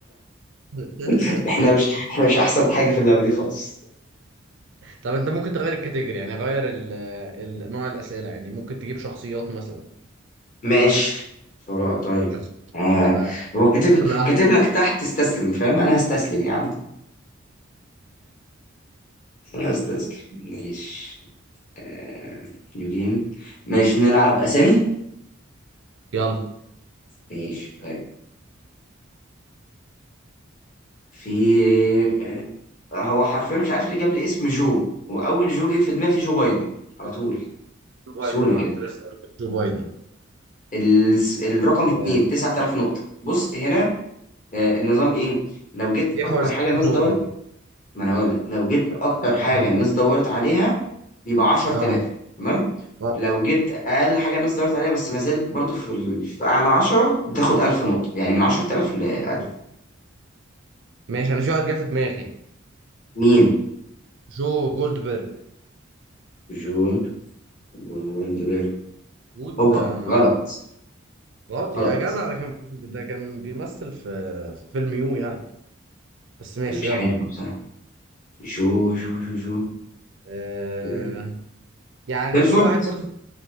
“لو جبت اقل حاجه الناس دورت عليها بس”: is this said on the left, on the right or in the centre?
Left